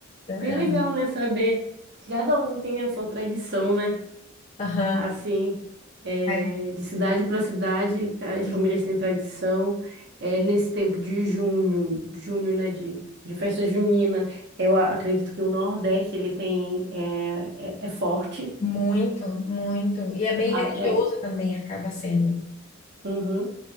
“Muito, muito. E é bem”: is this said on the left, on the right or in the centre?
Left